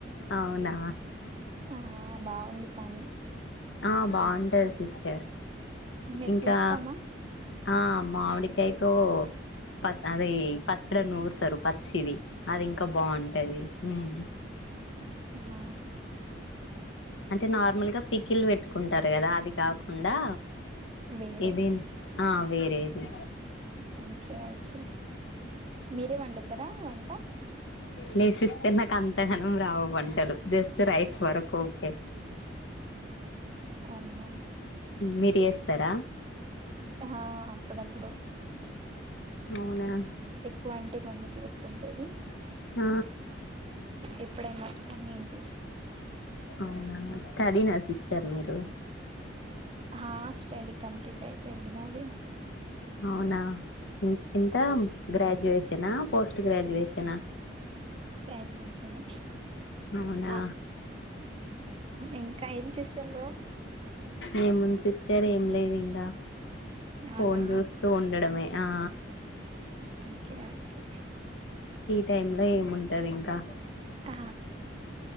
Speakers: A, on the left; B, on the right.
A: అవునా
B: ఆ బావుంది కానీ
A: ఆ బావుంటది
B: టేస్ట్
A: సిస్టర్
B: మీకు
A: ఇంకా
B: ఇష్టమా
A: ఆ మామిడికాయతో ప అది పచ్చడ నూరుతారు పచ్చిది అది ఇంకా బావుంటది ఉమ్
B: హా
A: అంటే నార్మల్ గా పీకిలు పెట్ కుంటారు కదా అది కాకుండా
B: వేరే
A: ఇది ఆ వేరేది
B: ఓకే ఓకే మీరే వండుతారా వం ట్ట
A: లేదు సిస్టర్ నాకు అంతగనం రావు వంటలు జస్ట్ రైస్ వరకు ఓకే
B: అవునా
A: మీరు ఏస్తారా
B: హా అప్పుడప్పుడు
A: అవునా
B: ఎక్కువ అంటే మమ్మీ చేసుకుంటది
A: ఆ
B: ఎప్పుడైనా ఒక్కసారి నేను చేస్తా
A: అవునా స్టడీ నా సిస్టర్ మీరు
B: ఆ స్టడీ కంప్లీట్ అయిపోయింది నాది
A: అవునా ఇంత గ్రాజ్యుయేషనా పోస్ట్ గ్రాజుయషన్
B: గ్రాజువేషన్
A: అవునా
B: ఆ ఇంకా ఏం చేస్త సెలో
A: ఏముంది సిస్టర్ ఏం లేదు ఇంకా ఫోన్
B: అవునా
A: చూస్తూ ఉండడమే ఆ
B: కే అకే
A: టైం లో ఏముంటది ఇంకా
B: ఆ